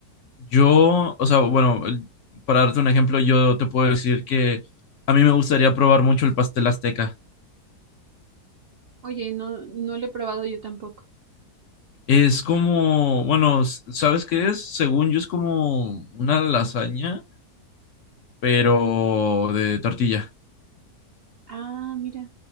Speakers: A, on the left; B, on the right.
A: Yo, o sea, bueno, el- para darte un ejemplo, yo te puedo decir que a mí me gustaría probar mucho el pastel azteca.
B: Oye, no, no lo he probado yo tampoco.
A: Es como, bueno, s- ¿sabes qué es? Según yo es como una lasaña, pero de tortilla.
B: Ah, mira.